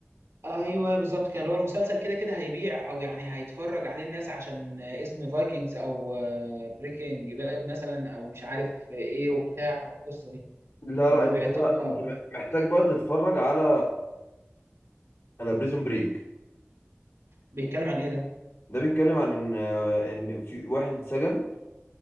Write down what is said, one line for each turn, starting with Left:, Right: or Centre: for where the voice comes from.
Right: ايوه بالظبط كده اللي هو المسلسل كده كده هيبيع او يعني هيتفرج عليه الناس عشان اسم فايكنجز او بريكنج باد مثلا او مش عارف ايه وبتاع والقصه دي
Left: لا
Right: فهم
Left: لا انت
Right: بيعتمدوا
Left: بقى
Right: على-
Left: انت م- محتاج بقى تتفرج على على بريزون بريك
Right: بيتكلم عن ايه ده
Left: ده بيتكلم عن ان ان في واحد اتسجن